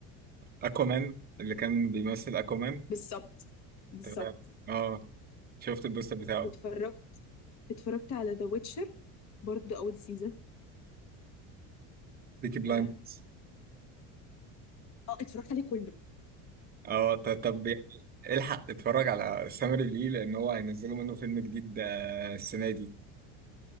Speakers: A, on the right; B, on the left.
A: اكوامان اللي كان بيمثل اكوامان
B: بالظبط بالظبط
A: تمام اه شفت البوستر بتاعه
B: واتفرجت اتفرجت على ذا ويتشر برضو اول سيزون
A: بيكي بلايندرز
B: اه آه، اتفرجت عليه كله
A: اه ط- طب الحق اتفرج على سامري ليه لان هو هينزلوا منه فيلم جديد آه، السنه دي